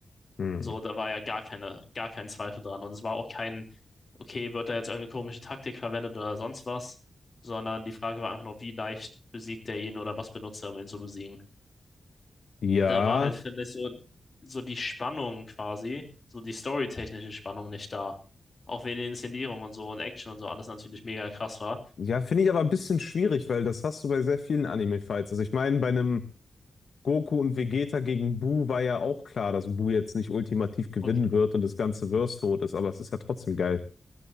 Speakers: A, on the left; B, on the left.
A: mm.
B: so, da war ja gar keine, gar kein Zweifel dran. Und es war auch kein, okay, wird da jetzt irgendeine komische Taktik verwendet oder sonst was, sondern die Frage war einfach nur, wie leicht besiegt er ihn oder was benutzt er, um ihn zu besiegen.
A: Ja,
B: Da war halt, finde ich, so, so die Spannung quasi, so die storytechnische Spannung nicht da. Auch wenn die Inszenierung und so und Action und so alles natürlich mega krass war.
A: ja, finde ich aber ein bisschen schwierig, weil das hast du bei sehr vielen Anime-Fights. Also ich meine, bei einem Goku und Vegeta gegen Buu war ja auch klar, dass Buu jetzt nicht ultimativ gewinnen
B: Okay,
A: wird und das ganze Verse tot ist, aber es ist ja trotzdem geil.